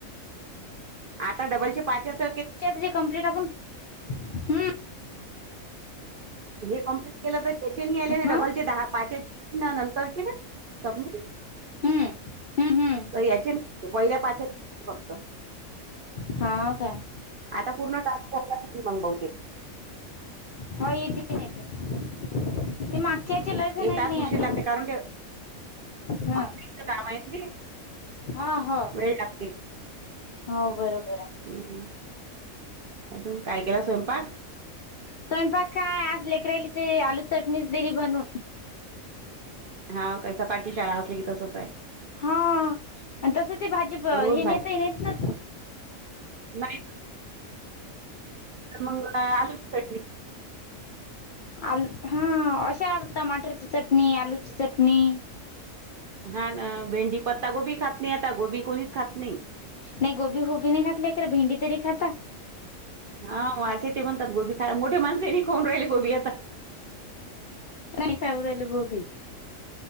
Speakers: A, on the right (about 60°); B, on the left (about 80°).
A: आता डबलच्या पाच्याच
B: <unintelligible> कंप्लीट आपण हम्म
A: हे कम्प्लीट केलं तर त्याचे नाही आले डबलचे
B: मग
A: दहा पाच नंतरचे सबमिट
B: हम्म हम्म हम्म
A: तर याचे पहिल्या पाच फक्त
B: हा काय?
A: आता पूर्ण टास्क कला मग बहुतेक
B: हो येतीन येतिन ते माग ज्याचे लय जणांना
A: येतात
B: नाही
A: उशीर
B: आले.
A: लागते कारण ते
B: हा
A: ऑनलाईनच काम आहे ना ते
B: हा हा
A: वेळ लागते.
B: हो बरोबर आहे.
A: हम्म अजून काय केला स्वयंपाक?
B: स्वयंपाक काय आज लेकराली ते आलू चटणीच दिली बनून.
A: हाव काय सकाळची शाळा असली की, तसच हाय.
B: हा आणि तस ते भाजीप
A: रोज
B: हे
A: भाजी
B: नता ये नेत ना
A: नाही मंग आलूची चटणी.
B: आलू हा अशा टमाटरची चटणी, आलूची चटणी.
A: हा ना भेंडी पत्ता गोबी खात नाही आता, गोबी कोणीच खात नाही.
B: नाही गोबी होबी नाही घातलय तर भेंडी तरी खाता.
A: हा असे ते म्हणतात गोबी खा मोठे माणस नाही खाऊन राहिले गोबी आता.
B: काय नाही खाऊ राहिल गोबी.